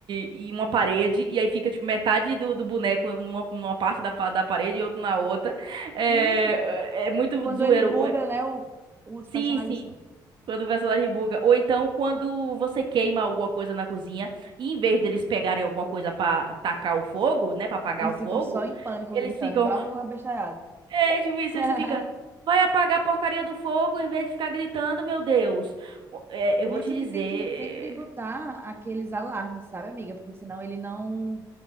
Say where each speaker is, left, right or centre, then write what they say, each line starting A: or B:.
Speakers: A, on the right (about 65°); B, on the right (about 25°).
A: e, e- e uma parede. E aí fica tipo, metade do, do boneco numa, numa parte da, pa- da parede e outro na outra. É,
B: Hum,
A: é é muito
B: quando
A: zoeiro.
B: ele buga, né? o- os
A: Sim,
B: personagens
A: sim. Quando o personagem buga. Ou então, quando você queima alguma coisa na cozinha, e em vez deles pegarem alguma coisa pra tacar o fogo, né? Pra apagar
B: eles
A: o fogo,
B: ficam só em pânico,
A: eles
B: gritando,
A: ficam.
B: igual um abestalhado.
A: É, tipo isso,
B: <laughs>
A: aí você fica. Vai apagar a porcaria do fogo em vez de ficar gritando, meu Deus. O- é,
B: Por
A: eu vou
B: isso
A: te dizer.
B: que tem que sempre botar aqueles alarmes, sabe, amiga? Porque senão ele não